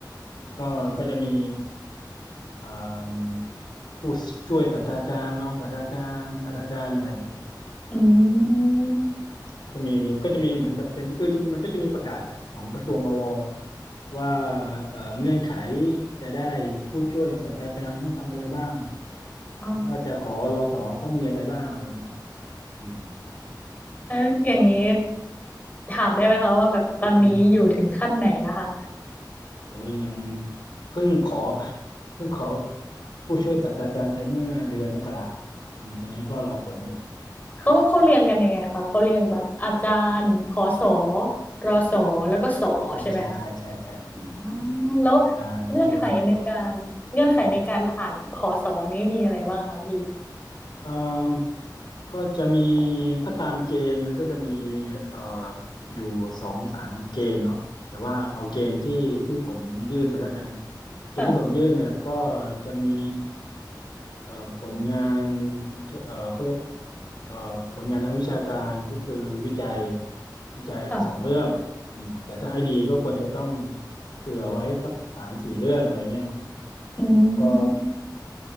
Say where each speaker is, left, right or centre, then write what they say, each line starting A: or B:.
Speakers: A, on the left; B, on the left.
A: ก็ก็จะมีอ่ามผู้ช่วยศาสตราจารย์รองศาสตราจารย์ศาสตราจารย์อะไรเงี้ยครับ
B: อื
A: อืม
B: ม
A: ก็จะมีก็จะมีเหมือนกับเป็นคือจริงๆมันก็จะมีประกาศแหละของกระทรวงอวว่าเอ่อเงื่อนไขจะได้ผู้ช่วยศาสตราจารย์ต้องทำอะไรบ้าง
B: อ๋อ
A: ถ้าจะขอรอสอต้องมีอะไรบ้างอะไรเงี้ยครับอืม
B: แล้วอย่างนี้ถามได้ไหมคะว่าแบบตอนนี้อยู่ถึงขั้นไหนแล้วคะ
A: อืมโอ้ยยังเพิ่งขอไปเพิ่งขอผู้ช่วยศาสตราจารย์ไปเมื่อเดือนมกราอืมตอนนี้ก็รอผลอยู่
B: เขาเขาเรียงกันยังไงคะเขาเรียงแบบอาจารย์พอสอรอสอแล้วก็สอใช่ไหมคะ
A: ใช่ใช่ใช่ใช่ใช่อืม
B: อ๋อแล้ว
A: อาจารย์ผู้ช่วยรสส
B: เงื่อนไขในการเงื่อนไขในการผ่านพอสอนี้มีอะไรบ้างคะพี่
A: อืมเอ่อก็จะมีถ้าตามเกณฑ์มันก็จะมีเอ่ออยู่สองสามเกณฑ์เนาะแต่ว่าเอาเกณฑ์ที่ที่ผมยื่นไปแล้วกัน เกณฑ์ที่ผมยื่นเนี่ยก็
B: ค่ะ
A: จะมีเอ่อผลงานเอ่อเขาเรียกเอ่อผลงานทางวิชาการก็คือวิจัยวิจัยสองเรื่องอืมแต่ถ้าให้ดีก็ควรจะต้อง
B: ค่ะ
A: เผื่อไว้สักสามสี่เรื่องอะไรเงี้ยเนาะ
B: อื
A: แล้วก็
B: ม